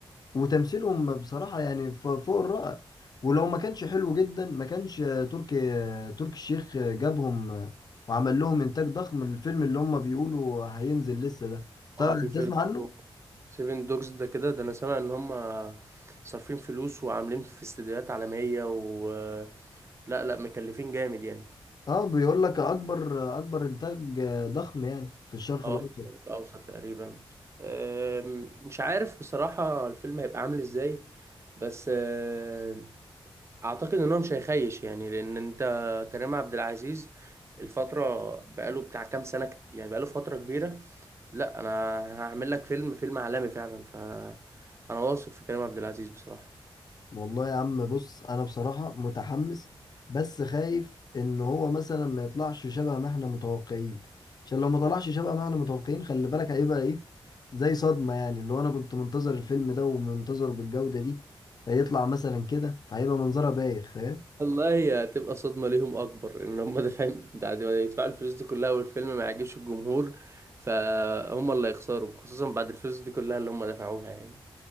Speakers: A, on the left (about 45°); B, on the right (about 25°).
A: وتمثيلهم بصراحه يعني ف- فوق الرائع ولو ما كانش حلو جدا ما كانش تركي تركي الشيخ جابهم وعمل لهم انتاج ضخم الفيلم اللي هم بيقولوا هينزل لسه ده طيب
B: اه في فيلم
A: تسمع عنه
B: سيفن دوجز ده كده ده انا سامع ان هم صارفين فلوس وعاملين في استديوهات عالمية و لا لا مكلفين جامد يعني
A: اه بيقول لك اكبر اكبر انتاج ضخم يعني في الشرق
B: اه
A: الاوسط
B: في الشرق الاوسط تقريبا أم، مش عارف بصراحة الفيلم هيبقى عامل ازاي بس أه، اعتقد ان هو مش هيخيش يعني لان انت كريم عبد العزيز الفترة بقاله بتاع كام سنة كت- يعني بقاله فترة كبيرة لا انا هعمل لك فيلم فيلم عالمي فعلا ف انا واثق في كريم عبد العزيز بصراحة
A: والله يا عم بص انا بصراحة متحمس بس خايف ان هو مثلا ما يطلعش شبه ما احنا متوقعين عشان لو ما طلعش شبه ما احنا متوقعين خلي بالك هيبقى ايه زي صدمة يعني اللي هو انا كنت منتظر الفيلم ده ومنتظره بالجودة دي فيطلع مثلا كده فهيبقى منظرها بايخ فاهم
B: والله هي هتبقى صدمة ليهم أكبر إن هم دافعين بعد ما يدفعوا الفلوس دي كلها والفيلم ما يعجبش الجمهور فهم اللي هيخسروا خصوصا بعد الفلوس دي كلها اللي هم دفعوها يعني